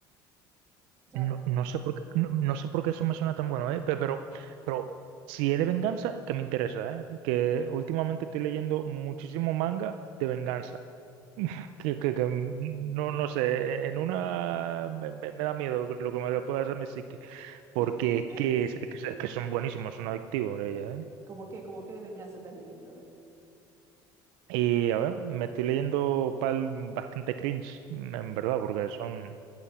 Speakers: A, on the right; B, on the right.
A: O sea,
B: No, no sé por qué, no, no sé por qué eso me suena tan bueno, ¿eh? Pe- Pero, pero si es de venganza, que me interesa, ¿eh? Que últimamente estoy leyendo muchísimo manga de venganza. Que, que, que, mm, no, no sé, en una me, me- me da miedo lo que me lo pueda hacer mi psique. Porque
A: <laughs>
B: es que, es que es que son buenísimos, son adictivos, ella, ¿eh?
A: ¿cómo qué? ¿Cómo qué de venganza estás leyendo? A ver.
B: Y a ver, me estoy leyendo pal bastante cringe, en verdad, porque son,